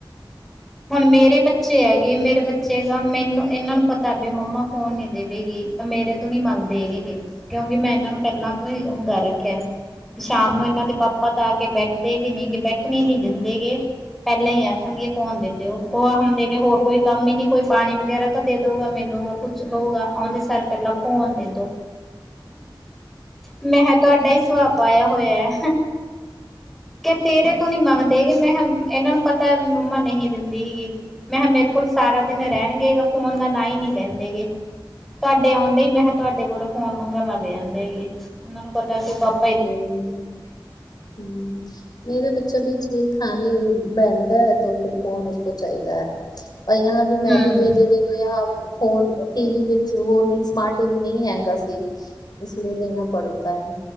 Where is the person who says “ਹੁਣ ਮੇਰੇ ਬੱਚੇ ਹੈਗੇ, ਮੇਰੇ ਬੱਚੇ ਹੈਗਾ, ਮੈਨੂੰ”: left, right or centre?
Centre